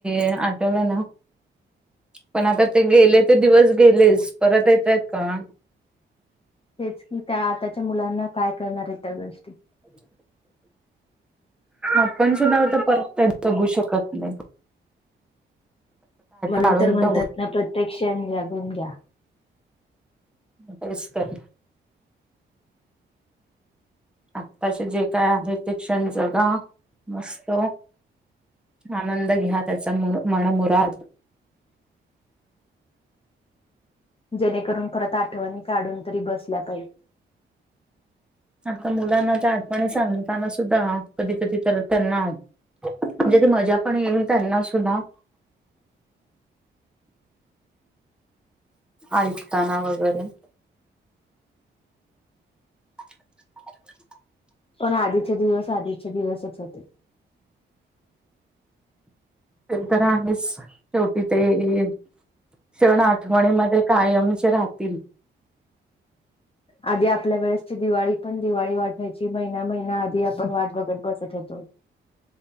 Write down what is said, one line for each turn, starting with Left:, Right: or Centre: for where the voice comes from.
Centre: आठवल्या ना पण आता ते गेले ते दिवस गेलेच परत येताएत का?
Left: तेच की त्या आताच्या मुलांना काय कळणार आहेत? त्या गोष्टी
Centre: <unintelligible> आपण सुद्धा त्या परत जगू शकत नाहीत.
Left: म्हणून
Centre: काढून
Left: तर म्हणतात,
Centre: तेवढं
Left: ना प्रत्यक् क्षण जगून घ्या.
Centre: तेच तर आत्ताचे जे काय आहे? ते क्षण जगा मस्त आनंद घ्या त्याचा मन मुराद
Left: जेणेकरून परत आठवणी काढून तरी बसल्या पाहिजे.
Centre: आता मुलांना त्या आठवणी सांगताना सुद्धा कधी कधी तर त्यांना म्हणजे ती मजा पण येईल त्यांना सुद्धा ऐकताना वगेरे <inaudible>
Left: पण आधीचे दिवस आधीचे दिवसच होते.
Centre: ते तर आहेच शेवटी ते हे क्षण आठवणीमध्ये कायमचे राहतील.
Left: आधी आपल्या वेळेसची दिवाळी पण दिवाळी वाटायची. महिना महिना आधी आपण वाट बघत बसत होेतो.